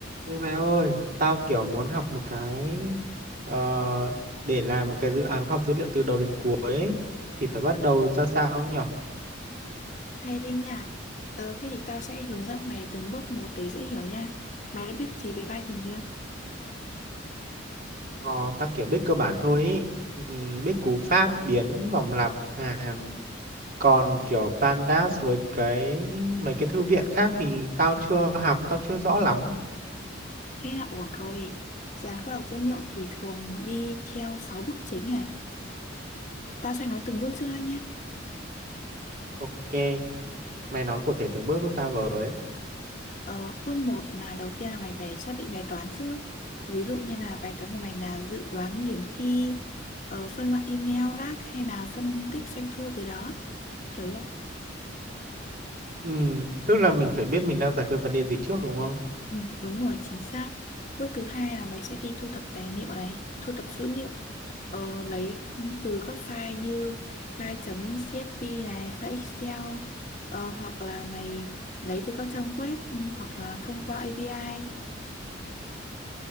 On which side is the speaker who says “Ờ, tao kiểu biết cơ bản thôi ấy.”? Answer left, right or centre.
Right